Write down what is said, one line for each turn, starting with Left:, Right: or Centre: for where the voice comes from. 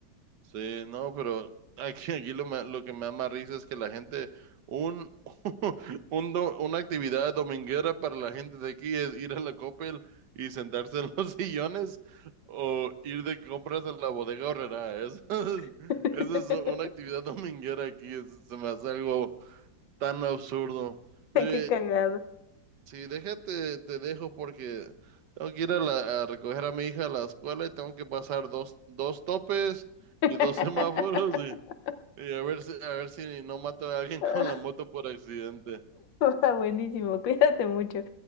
Right: Sí, no, pero <laughs> aquí, aquí lo, me- lo que me da más risa es que la gente, un, <laughs> un do- una actividad dominguera para la gente de aquí es ir a la Coppel y sentarse en los <laughs> sillones o ir de compras a la bodega Aurrerá. Eso <laughs>
Left: <laughs>
Right: es, eso es una actividad dominguera aquí, es- se me hace algo tan absurdo. Pero,
Left: Qué cagado.
Right: Sí, déjate, te dejo porque tengo que ir a, la- a recoger a mi hija a la escuela y tengo que pasar dos, dos topes
Left: <laughs>
Right: y dos <laughs> semáforos y, y a ver si, a ver si no mato a alguien
Left: <laughs>
Right: con la moto por accidente.
Left: Va, Buenísimo, cuídate mucho.